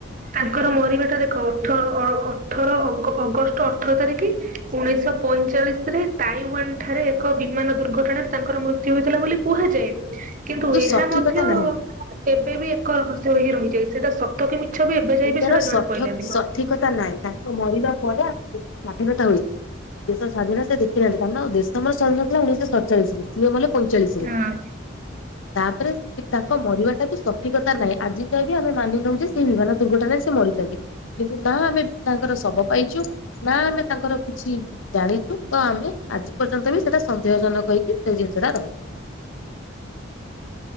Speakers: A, on the right (about 40°); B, on the left (about 80°).
A: ତାଙ୍କର ମରିବାଟା ଦେଖ ଅଠ ଅ ଅଠର ଅଗ ଅଗଷ୍ଟ ଟା ଅଠର ତାରିଖ ଉଣେଇଶଶହ ପଇଁଚାଳିଶ ରେ। ତାଇୱାନ ଠାରେ ଏକ ବିମାନ ଦୁର୍ଘଟଣାରେ ତାଙ୍କର ମୃତ୍ୟୁ ହୋଇଥିଲା ବୋଲି କୁହାଯାଏ। କିନ୍ତୁ ଏହା
B: ସଠିକତା
A: ମଧ୍ୟ
B: ନାହିଁ
A: ଏବେ ବି ଏକ ରହସ୍ୟମୟ ହୋଇରହିଯାଛି ସେଇଟା ସତକ ମିଛ ବି କୁହାଜାଇ
B: ଏଇଟାର
A: ବି ସେଟା ଜଣା
B: ସଠ
A: ପହିଲାନି।
B: ସଠିକତା ନାହିଁ ତାଙ୍କ ମରିବା ପରେ ଆମର ଦେଶ ସ୍ଵାଧୀନତା ହୋଇଛି। ଦେଶ ସ୍ୱାଧୀନ ସେ ଦେଖିହାନ୍ତି କାରଣ ଦେଶମର ସ୍ୱାୀନ ଥିଲା ଉଣଇଶହ ସତଚାଳିଶରେ ସିଏ ମଲେ ପଇଚାଳିଶିରେ।
A: ହଁ।
B: ତାପରେ ତାଙ୍କ ମରିବାଟା ବି ସଠିକତା ନାହିଁ ଆଜି ଯାଏ ଆମେ ମାନି ନଉ ଯେ ସେଇ ବିମାନ ଦୁର୍ଘଟାରେ ସେ ମରିଛନ୍ତି କିନ୍ତୁ ନା ଆମେ ତାଙ୍କର ଶବ ପାଇଛୁ ନା ଆମେ ତାଙ୍କର କିଛି ଜାଣିଛୁ ତ ଆମେ ଆଜି ପର୍ଯ୍ୟନ୍ତ ବି ସେଟା ସନ୍ଦେହ ଜନକ ହେଇକି ସେ ଜିନିଷଟା ରହି